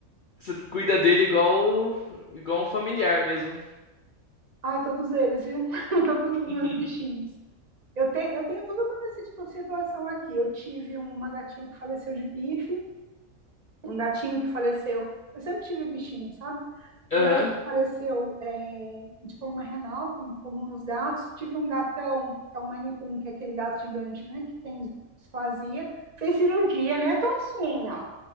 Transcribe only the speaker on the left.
você cuida dele igual, igual um familiar mesmo.
<laughs>
Aham.